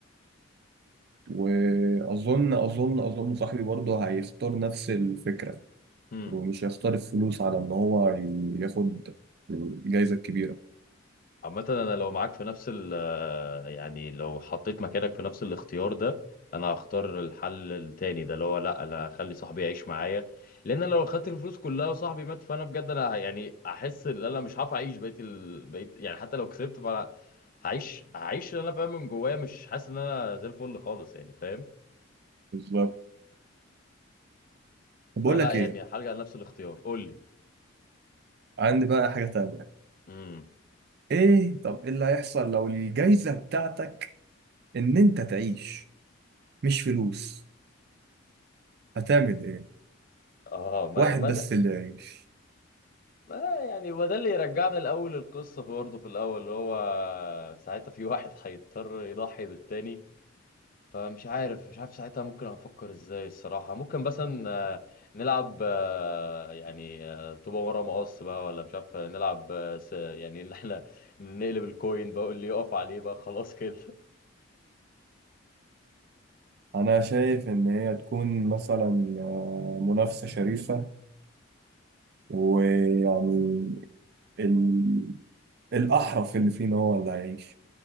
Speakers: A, on the right (about 50°); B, on the left (about 45°).
A: واظن اظن اظن صاحبي برضه هيختار نفس الفكرة
B: امم
A: ومش هيختار الفلوس على ان هو ي- ياخد الجايزه الكبيره
B: عامة أنا لو معاك في نفس ال آه، يعني لو حطيت مكانك في نفس الاختيار ده أنا هختار الحل التاني ده اللي هو لأ أنا هخلي صاحبي يعيش معايا لأن أنا لو خدت الفلوس كلها وصاحبي مات فأنا بجد أنا يعني أحس إن أنا مش هعرف أعيش بقيت ال... بقيت يعني حتى لو كسبت فأنا هعيش هعيش اللي أنا فاهم من جوايا مش حاسس إن أنا زي الفل خالص يعني فاهم
A: بالظبط طب بقول
B: فلا
A: لك
B: يعني
A: ايه
B: هرجع لنفس الاختيار قول لي
A: عندي بقى حاجه تانية
B: امم
A: ايه طب ايه اللي هيحصل لو الجايزه بتاعتك ان انت تعيش مش فلوس هتعمل ايه
B: اه ما
A: واحد
B: ما
A: بس
B: ده
A: اللي يعيش
B: ما يعني هو ده اللي يرجعنا الاول للقصه في برضه في الاول اللي هو ساعتها في واحد هيضطر يضحي بالتاني فمش عارف مش عارف ساعتها ممكن افكر ازاي الصراحه ممكن مثلا آه، نلعب آه، يعني آه، طوبه ورا مقص بقى ولا مش عارف آه، نلعب آه، س- يعني ان احنا نقلب الكوين بقى اللي يقف عليه بقى خلاص كده <laughs>
A: انا شايف ان هي تكون مثلا آه، منافسه شريفه ويعني ال... الاحرف اللي فينا هو اللي هيعيش